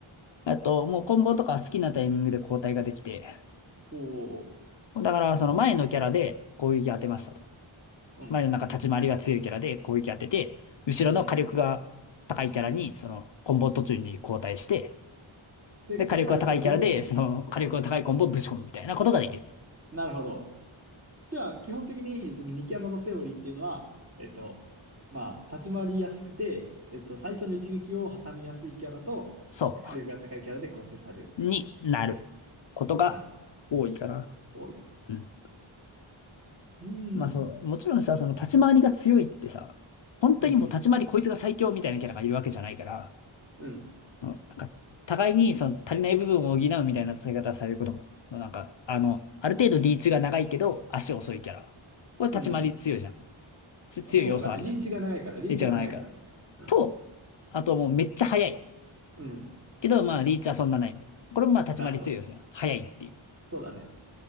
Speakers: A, on the left (about 60°); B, on the right (about 30°).
A: あと、もうコンボとか好きなタイミングで交代ができて、
B: おお、
A: だからその前のキャラで攻撃当てましたと。
B: うん
A: 前のなんか立ち回りが強いキャラで攻撃当てて、後ろの火力が高いキャラに、
B: うん。うんうん。
A: そのコンボ途中に交代して、
B: で、
A: で、火力が高いキャラで、
B: 火力技をぶつける。
A: その火力が高いコンボをぶち込むみたいなことができる。
B: なるほど。じゃあ、基本的に、その2キャラのセオリーっていうのは、えっと、まあ、立ち回りやすくて、えっと、最初の一撃を挟みやすいキャラと、
A: そ
B: 火力が高いキャラで構成される。
A: う。になることが多いかな。
B: な、多い。
A: うん
B: うん。
A: まあそう、もちろんさ、その立ち回りが強いってさ、本当にもう立ち回りこいつが最強みたいなキャラがいるわけじゃないから、
B: うんうん。うん。
A: うんなんか、互いにその足りない部分を補うみたいな使い方されることも、なんか、あの、ある程度リーチが長いけど、足遅いキャラ。これ立ち回り強いじゃん。
B: うん
A: つ、
B: あそうだね。
A: 強い要素あるじゃん。
B: リーチが長いから、リーチが長いから。
A: リーチがないから。
B: うん。
A: と、あともうめっちゃ速い。
B: うん。
A: けど、まあリーチはそんなないみたいな。これもまあ立ち回り強い要素じゃん。
B: なるほど。
A: 速いってい
B: そうだね。